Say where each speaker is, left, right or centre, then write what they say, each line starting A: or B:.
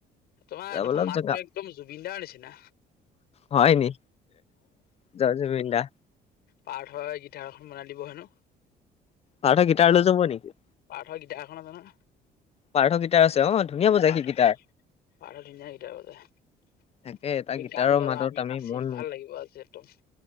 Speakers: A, on the left; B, on the left.
A: তোমাৰ
B: অলপ
A: দেখোন
B: অলপ
A: মাতটো
B: জেগা
A: একদম জুবিন দা নিছিনা।
B: হয় নি? জয় জুবিন দা।
A: পাৰ্থয়ে গিটাৰখন বনাই দিব হেনো।
B: পাৰ্থয়ে গিটালৈ যাব নেকি?
A: পাৰ্থৰ গিটাৰ এখন আছে নহয়।
B: পাৰ্থ গিটাৰ আছে অ ধুনীয়া বজাই
A: পাৰ্থ
B: সি গিটাৰ
A: পাৰ্থই ধুনীয়া গিটাৰ বজাই। তুমি
B: তাকে তাৰ গিটাৰৰ
A: গান গাবা
B: মাতত
A: আমি নাচিম
B: মন
A: ভাল লাগিব আজি একদম।